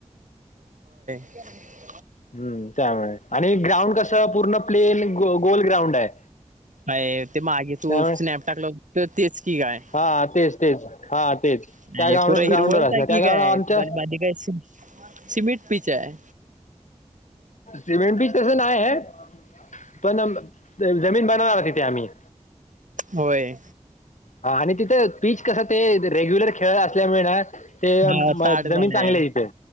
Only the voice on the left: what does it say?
हम्म त्यामुळे, आणि ग्राउंड कस पूर्ण प्लेन गोल ग्राउंड आहे.
त्यामुळे
हा तेच तेच हा तेच
त्या ग्राउंड
ग्राउंडवर असणार
त्या
ग्राउंड
आमच्या
सिमेंट बीच कस नाय हाय. <unintelligible> पण जमीन बनव आह तिथे आम्ही.
हा आणि तिथेच. पीच कसं ते रेग्युलर खेळ असल्यामुळे, ना ते
जमीन चांगली हाय इथं.